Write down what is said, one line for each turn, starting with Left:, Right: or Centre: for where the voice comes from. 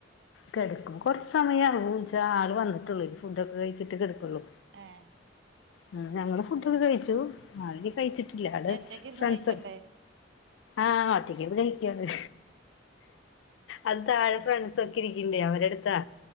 Left: കിടക്കും കുറച്ച് സമയാഉ ച്ച ആൾ വന്നിട്ടുള്ളൂ ഫുഡ്ഡോക്കെ കഴിച്ചിട്ട് കിടുക്കുള്ളു
Right: ഏഹ്
Left: ഉം ഞങ്ങള് ഫുഡൊകെ കഴിച്ചു ആൾ കഴിച്ചിട്ടില്ല ആള്
Right: ഇനി ഒറ്റക്ക് ഇരുന്ന്
Left: ഫ്രണ്ട്സ്
Right: കഴിക്കണ്ടേ
Left: ആഹ് ഒറ്റയ്ക്ക്ത് കയിക്കന്ന് അത് താഴെ ഫ്രണ്ട്സക്കെ ഇരിക്ണ്ടേ അവരെടുത്താ